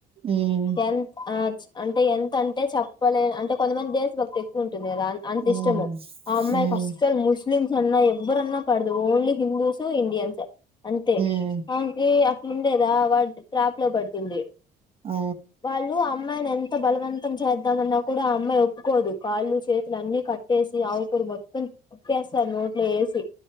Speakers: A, on the right; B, on the left.
A: ఉమ్,
B: ఎంత ఆ అంటే ఎంతంటే చెప్పలేన్ కొంతమంది దేస్ భక్తి ఎక్కువ ఉంటుంది కదా అన్ అంత
A: ఉమ్,
B: ఇష్టము ఆ అమ్మాయికి
A: ఉమ్,
B: అస్సలు ముస్ స్లిమ్స్ అన్నా ఎవ్వరన్నా పడదు ఓన్లీ హిందూసు ఇండియన్సే అంతే
A: ఉమ్,
B: ఆమె కీ ఉండేదా వాడి ట్రాప్లో పడుతుంది
A: ఆ,
B: వాళ్ళు అమ్ అమ్మాయిని ఎంత బలవంతం చేద్దామన్నా కూడా ఆమ్ అమ్మాయి ఒప్పుకోదు కాళ్ళు చేతులు అన్ని కట్టేసి ఆవు కూర మొత్తం కుక్కేస్తారు నోట్లో వేసి